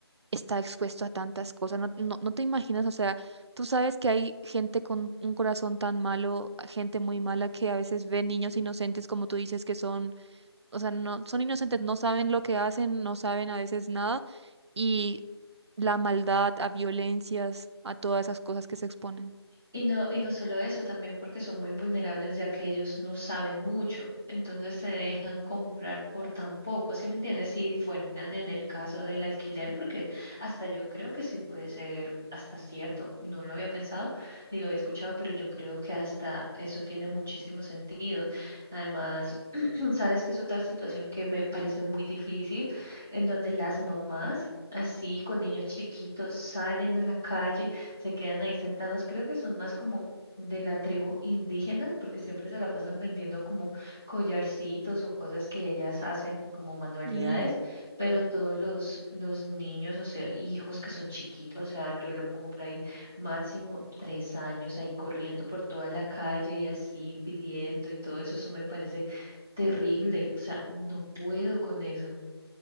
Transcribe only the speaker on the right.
está expuesto a tantas cosas, no, no, no te imaginas, o sea, tú sabes que hay gente con un corazón tan malo, gente muy mala que a veces ve niños inocentes, como tú dices, que son o sea, no, son inocentes, no saben lo que hacen, no saben a veces nada y la maldad, a violencias, a todas esas cosas que se exponen.
Y